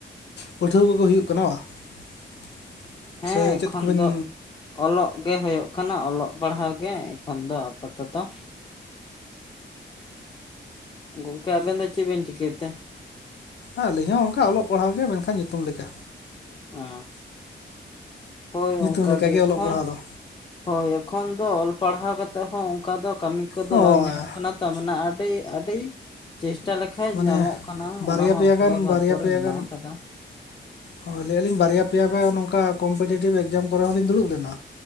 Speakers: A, on the left; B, on the left.
A: ᱯᱟᱹᱴᱷᱩᱣᱟᱹ ᱠᱚᱜᱮ ᱦᱩᱭᱩᱜ ᱠᱟᱱᱟ ᱵᱟᱝ᱾ <inaudible>
B: ᱦᱮᱸ ᱮᱠᱷᱚᱱ
A: ᱪᱮᱫ ᱠᱚᱵᱤᱱ
B: ᱫᱚ ᱚᱞᱚᱜ ᱜᱮ ᱦᱳᱭᱳᱜ ᱠᱟᱱᱟ ᱚᱞᱚᱜ ᱯᱟᱲᱦᱟᱣ ᱜᱮ ᱮᱠᱷᱚᱱ ᱫᱚ ᱟᱯᱟᱛᱚᱛᱚ᱾ ᱜᱚᱝᱠᱮ ᱟᱵᱮᱱ ᱫᱚ ᱪᱮᱜ ᱵᱤᱱ ᱪᱤᱠᱟᱹᱭ ᱛᱮ?
A: ᱟᱹᱞᱤᱧ ᱦᱚᱸ ᱚᱱᱠᱟ ᱚᱞᱚᱜ ᱯᱟᱲᱦᱟᱣ ᱜᱮ ᱢᱮᱱᱠᱷᱟᱱ ᱧᱩᱛᱩᱢ ᱞᱮᱠᱟ᱾
B: <inaudible> ᱦᱳᱭ
A: ᱧᱩᱛᱩᱢ
B: ᱚᱝᱠᱟ
A: ᱞᱮᱠᱟᱜᱮ
B: ᱜᱮ ᱮᱠᱷᱚᱱ
A: ᱚᱞᱚᱜ ᱯᱟᱲᱦᱟᱣ ᱫᱚ
B: ᱦᱚᱭ ᱮᱠᱷᱚᱱ ᱫᱚ ᱚᱞ ᱯᱟᱲᱦᱟᱣ ᱠᱟᱛᱮᱜ ᱦᱚᱸ ᱚᱱᱠᱟ ᱫᱚ ᱠᱟᱹᱢᱤ ᱠᱚᱫᱚ
A: ᱦᱳᱭ
B: ᱵᱟᱝ ᱧᱟᱢᱚᱜ ᱠᱟᱱᱟ ᱛᱚ ᱢᱟᱱᱮ ᱟᱹᱰᱤ ᱟᱹᱰᱤ ᱪᱤᱥᱴᱟ ᱞᱮᱠᱷᱟᱡ
A: ᱢᱟᱱᱮ
B: ᱧᱟᱢᱚᱜ ᱠᱟᱱᱟ
A: ᱵᱟᱨᱭᱟ
B: ᱚᱱᱟ ᱦᱚᱸ
A: ᱯᱮᱭᱟ
B: ᱚᱠᱚᱭᱟᱜ
A: ᱜᱟᱱ
B: ᱵᱷᱟᱜᱽᱜᱚ
A: ᱵᱟᱨᱭᱟ
B: ᱨᱮ
A: ᱯᱮᱭᱟ
B: ᱢᱤᱱᱟᱜ
A: ᱜᱟᱱ
B: ᱟᱠᱟᱫᱟ᱾
A: ᱦᱳᱭ ᱞᱟᱹᱭᱮᱜᱼᱟᱞᱤᱧ ᱵᱟᱨᱭᱟ ᱯᱮᱭᱟ ᱯᱮ ᱵᱟᱝ ᱱᱚᱝᱠᱟ ᱠᱚᱢᱯᱮᱴᱮᱴᱤᱵᱽ ᱤᱠᱡᱟᱢ ᱠᱚᱨᱮ ᱦᱚᱸᱞᱤᱧ ᱫᱩᱲᱩᱵ ᱞᱮᱱᱟ᱾